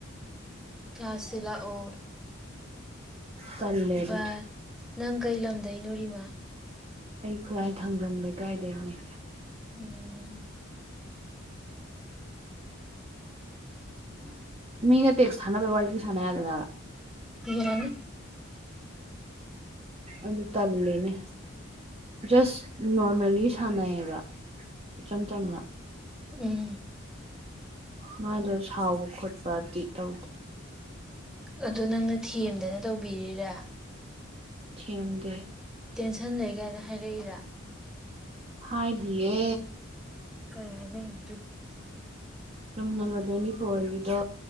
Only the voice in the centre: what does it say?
ꯆꯥꯁꯤ ꯂꯥꯛꯑꯣ
ꯕꯥꯏ ꯅꯪ ꯀꯩ ꯂꯝꯗꯩꯅꯣ ꯔꯤꯃꯥ
ꯎꯝ
ꯌꯥꯅꯤ
ꯎꯝ
ꯑꯗꯣ ꯅꯪꯅ ꯊꯦꯝꯗꯅ ꯇꯧꯕꯤꯔꯤꯔꯥ
ꯇꯦꯟꯁꯟ ꯂꯩꯒꯥꯏꯅ ꯍꯥꯏꯔꯛꯏꯔ
ꯀꯩ ꯍꯥꯏꯅꯩꯕ ꯑꯗꯨ